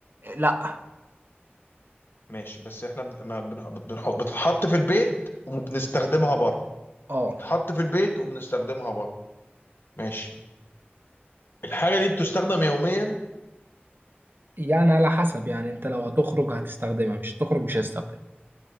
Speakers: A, on the right; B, on the left.
A: لا
B: ماشي بس احنا بن- ما بن- بنحط بتتحط في البيت وبنستخدمها بره
A: اه
B: بتتحط في البيت وبنستخدمها بره ماشي الحاجة دي بتستخدم يوميا
A: يعني على حسب يعني انت لو هتخرج هتستخدمها مش هتخرج مش هتستخدمها